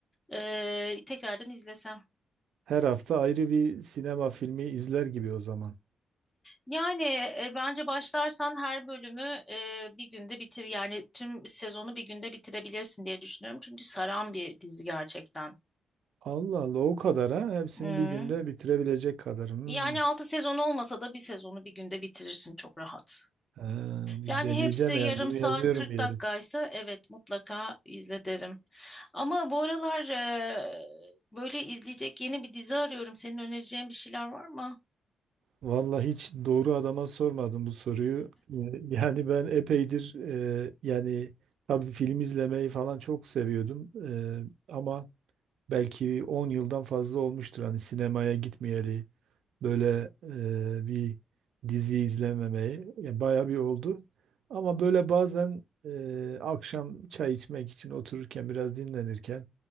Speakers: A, on the left; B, on the right.
A: e, tekrardan izlesem.
B: Her hafta ayrı bir sinema filmi izler gibi o zaman.
A: Yani e, bence başlarsan her bölümü e, bir günde bitir yani tüm sezonu bir günde bitirebilirsin diye düşünüyorum. Çünkü saran bir dizi gerçekten.
B: Allah Allah o kadar ha. Hepsini
A: Hmm.
B: bir günde bitirebilecek kadar. Hmm.
A: Yani 6 sezon olmasa da bir sezonu bir günde bitirirsin çok rahat.
B: Ha, bir
A: Yani
B: deneyeceğim
A: hepsi yarım
B: yani bunu
A: saat
B: yazıyorum
A: 40
B: bir
A: dakikaysa
B: yere.
A: evet mutlaka izle derim. Ama bu aralar e, böyle izleyecek yeni bir dizi arıyorum. Senin önereceğin bir şeyler var mı?
B: Vallahi hiç doğru adama sormadım bu soruyu. <laughs> Ee, Yani ben epeydir e, yani tabii film izlemeyi falan çok seviyordum. Ee, ama belki 10 yıldan fazla olmuştur hani sinemaya gitmeyeli. böyle e, bir dizi izlememeyi. Ya bayağı bir oldu. Ama böyle bazen e, akşam çay içmek için otururken biraz dinlenirken